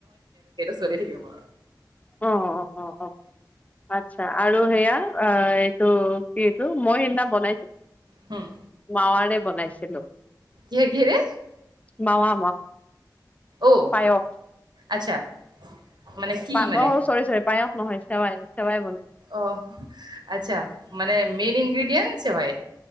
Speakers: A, on the right; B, on the left.
A: চলি থাকিব।
B: অঁ অঁ অঁ অঁ আচ্ছা আৰু সেয়া অঁ এইটো কি এইটো মই সেইদিনা বনাইছো
A: হুম
B: মাৱাৰে বনাইছে হ্ল'
A: কি কিৰে
B: মাৱা
A: অ
B: পায়স
A: আচ্ছা মানে
B: অ
A: কি মানে
B: চৰি চৰি পায় নহয় চেৱাই চেৱাই
A: অ' আচ্ছা মানে মেইন ইনগ্ৰেডিয়েণ্ট চেৱাই